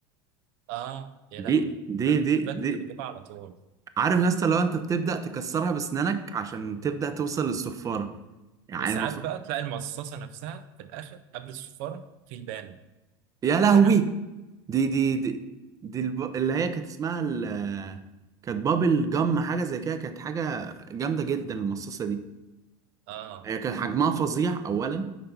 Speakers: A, on the right; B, on the right.
A: آه يا لهوي
B: دي دي
A: ده, ده,
B: دي
A: ده كنت
B: دي
A: بجيبها على طول
B: عارف يا اسطى لو انت بتبدأ تكسرها بسنانك عشان تبدأ توصل للصفارة يعني
A: وساعات
B: المفروض
A: بقى تلاقي المصاصه نفسها في الاخر قبل الصفاره في البان
B: يا لهوي
A: فاكرها
B: دي دي دي دي الب... اللي هي كانت اسمها ال... كانت بابل جم حاجة زي كده كانت حاجة جامدة جدا المصاصة دي
A: اه
B: هي كان حجمها فظيع أولا